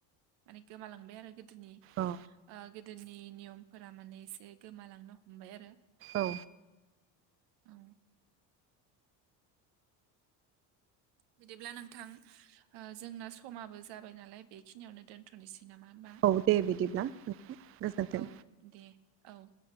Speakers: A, on the right; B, on the right.
A: माने गोमालांबाय आरो गोदोनि
B: औ
A: ओ गोदोनि नियमफोरा माने एसे गोमालांनो हमबाय आरो।
B: औ।
A: औ बिदिब्ला नोंथां जोंना समाबो जाबाय नालाय बेखिनियावनो दोनथ'नोसै। नामा होमबा
B: औ दे बिदिब्ला नोंथां गोजोन्थों
A: औ दे औ। <inaudible>